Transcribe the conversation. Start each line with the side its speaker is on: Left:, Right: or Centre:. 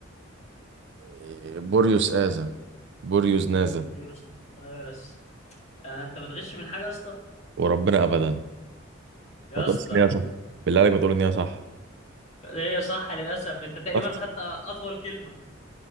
Right: آه، بوريوس آزا بوريوس نازا
Left: بوينس ايرس آه، انت بتغش من حاجة يا اسطى
Right: وربنا أبدا
Left: يا
Right: ما تقولش
Left: اسطى
Right: إن هي صح بالله عليك ما تقول إن هي صح
Left: هي صح للأسف انت تقريبا
Right: طب،
Left: خدت أطول كلمة